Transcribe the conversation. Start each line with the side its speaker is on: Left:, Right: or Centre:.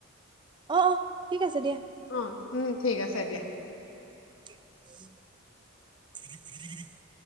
Right: অ' ঠিক আছে দিয়া।
Left: অ' উম ঠিক আছে দিয়া।
Right: <unintelligible>